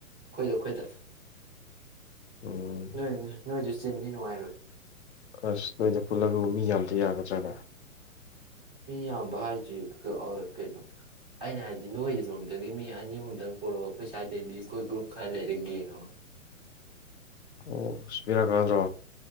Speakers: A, in the centre; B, on the left.
A: ꯑꯩꯈꯣꯏꯗ ꯑꯩꯈꯣꯏꯗ
B: ꯎꯝ
A: ꯅꯣꯏ ꯅꯣꯏꯁ ꯆꯤꯟꯗꯤ ꯅꯨꯡꯉꯥꯏꯔꯣꯏ
B: ꯑꯁ ꯅꯣꯏꯗ ꯄꯨꯜꯂꯒꯕꯨ ꯃꯤ ꯌꯥꯝ ꯌꯥꯒꯗ꯭ꯔꯥꯅꯦ
A: ꯃꯤ ꯌꯥꯝꯕ ꯍꯥꯏꯁꯤ ꯀꯩꯅꯣ ꯑꯩꯅ ꯍꯥꯏꯗꯤ ꯅꯣꯏꯔꯣꯝꯗꯒꯤ ꯃꯤ ꯑꯅꯤ ꯑꯍꯨꯝꯗꯪ ꯄꯔꯛꯑꯣ ꯑꯩꯈꯣꯏ ꯁ꯭ꯋꯥꯏꯗꯩꯗꯤ ꯑꯩꯈꯣꯏ ꯒ꯭ꯔꯨꯞ ꯈꯔ ꯂꯩꯔ ꯒꯦꯡ ꯑꯃ
B: ꯑꯣ ꯁꯃꯤꯔꯥ ꯀꯥꯗ꯭ꯔꯣ